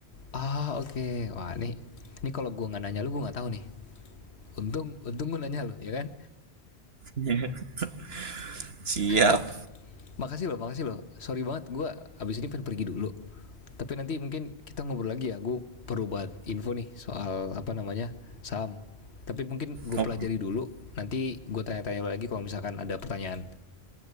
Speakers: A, on the left (about 85°); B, on the right (about 70°).
A: Ah, oke. Okay. Wah, nih nih kalau gua nggak nanya lu, gua nggak tahu nih. Untung untung gue nanya lu, ya kan?
B: <laughs> Siap.
A: Eh, makasih loh, makasih loh. Sorry banget, gue abis ini pengen pergi dulu. Tapi nanti mungkin kita ngobrol lagi ya. Gue perlu banget info nih soal apa namanya saham. Tapi mungkin gue
B: Oke.
A: pelajari dulu. Nanti gue tanya-tanya lagi kalau misalkan ada pertanyaan.